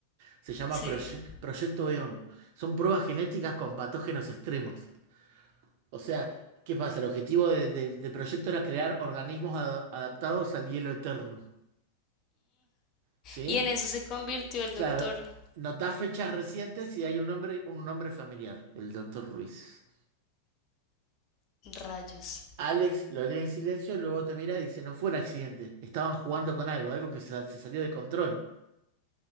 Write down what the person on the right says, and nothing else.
Se llama
proye- Proyecto EON. Son pruebas genéticas con patógenos extremos. O sea, ¿qué pasa? El objetivo de- de- del proyecto era crear organismos a- adaptados al hielo eterno. ¿Sí?
Claro, notá fechas recientes y hay un nombre, un nombre familiar, el doctor Ruiz.
Alex lo lee en silencio, luego te mira y dice, no fue un accidente, estaban jugando con algo, algo que se, se salió de control.